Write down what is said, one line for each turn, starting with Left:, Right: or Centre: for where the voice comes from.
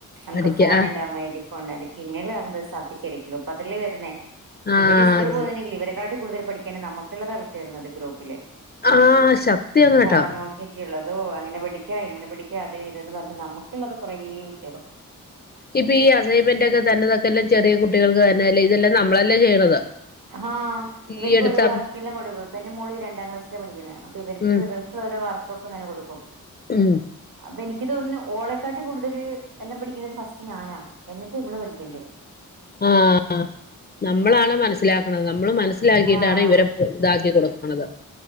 Right: നമുക്ക്
Left: പഠിക്ക
Right: ഫോൺ
Left: ആഹ്
Right: ഉണ്ടാ മ ഇതി ഫോണതി പിന്നെള്ള വ സാ ശരിക്കലോ അപ്പ അതല്ലേ വരുന്നേ
Left: ആഹ്
Right: ഇവര് സ്കൂള്
Left: അതെ
Right: പോകുന്നണ്ടെങ്കിൽ
Left: അതെ
Right: ഇവരെക്കാട്ടി കൂടുതൽ പഠിക്കാനും നമുക്കുള്ളതാ വിട്ട് തരുന്നത് ഗ്രൂപ്പില്
Left: ആഹ് ശക്തി
Right: ആഹ്
Left: അങ്ങാട്ടോ
Right: ഫോണ് നോ കെറ്റിയുള്ളതോ അങ്ങനെ പിടിക്കാ ഇങ്ങനെ പിടിക്കാ അത് ഇതന്ന് പറഞ്ഞ് നമുക്കുള്ളത് കുറേ വിട്ടക്കും
Left: ഇപ്പൊ ഈ അസൈൻമെന്റ് ഒക്കെ തന്നെതൊക്കെല്ലാം ചെറിയ കുട്ടികൾക്ക് തന്നെല്ലേ ഇതെല്ലാം നമ്മളെല്ലാം ചെയ്യണത്
Right: ആഹ്
Left: ഈ
Right: ഇവർക്ക്
Left: എടുത്ത
Right: ഓരോ വർക്കല്ലാം കൊടുക്കും ഇപ്പ എന്റെ മോൾ രണ്ടാം ക്ലാസില പടിക്കുന്ന അപ്പൊ ഇവർക്ക്
Left: ഉം
Right: ഇവർക്ക ഓരോ വർക്കെക്കെങ്ങനെ കൊടുക്കും
Left: ഉം
Right: അപ്പൊ എനിക്ക് തോന്നുന്നു ഓളക്കാട്ടി കൂടുതൽ എല്ലാം പഠിക്കേണ്ടത് ഫസ്റ്റ് ഞാനാ എന്നിട്ട് ഇവള് പഠിക്കേണ്ട
Left: ആഹ് നമ്മളാണ് മനസ്സിലാക്കണത് നമ്മള് മനസ്സിലാക്കിയിട്ടാണ്
Right: ആഹ്
Left: ഇവരെ ഇതാക്കി കൊടുക്കണത്